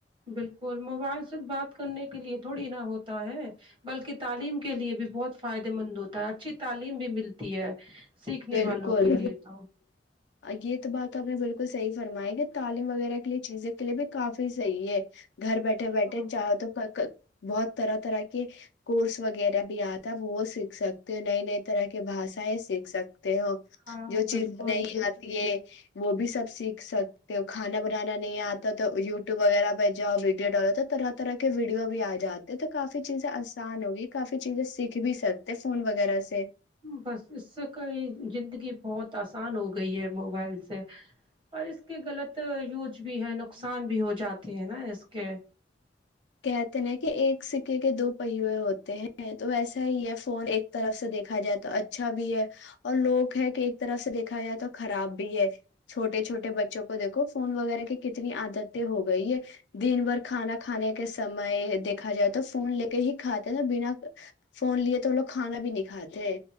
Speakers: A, on the right; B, on the left.
A: بالکل موبائل صر بات کرنے کے لیے تھوڑی نہا ہوتا ہے بلکہ تعلیم کے کے لیے بھی بہت فائے مند ہوتے اچھی تعلیم بھی ملتی ہے سیکھنے
B: بالکل
A: والوں کے لیے تو
B: یہ تو بات آپ نے بالکل صحیح فرمائے گی تعلیم وغیرہ کے لیے چیزیں کے لیے بھی کافی صحیح ہے گھر بیٹھے بیٹھے
A: ہاں
B: چاہو تو بہت طرح طرح کے کورس وغیرہ بھی آتا وہ سیکھ سکتے ہو نئی نئی طرح کی بھاشائیں سیکھ سک ہو
A: ہاں
B: جو
A: بالکل
B: چیزیں نہیں آتی ہے وہ بھی سب سیکھ سکتے ہو کھانا بنانا نہیں آتا تو یوٹیوب وغیرہ پہ جاؤ ویڈیو ڈالوتا طرح طرح کے ویڈیو بھی آ جاتے تو کافی چیزیں آسان ہوگی کافی چیزیں سیکھ بھی سکتے فون وغیرہ سے
A: بس اس سے کا یہ زندگی بہت بت آسان ہو گئی ہے موبائل سے اور اس کے غلط یوج بھی ہے نقصان بھی ہو جاتے ہیں نا اس کے
B: کہتے ن کہ ایک سکے کے دو پہیئے ہوتے ہیں تو ویسا ہی ہے فون ایک طرف سے دیکھا جائے تو اچھا بھی ہے اور لوگ ہے کہ ایک طرف سے دیکھا جائے تو خراب بھی ہے چھوٹے چھوے
A: ہاں
B: بچوں کو دیکو فون وغیرہ کی کتنی عادتیں ہو گئی ہے دن بھر کھانا کھانے کے سمے دیکھا جائے تو فون لے کے ہی کھاتے ہیں نا بنا فون لیے تو وہ لوگ کھانا بھی نہیں کھاتے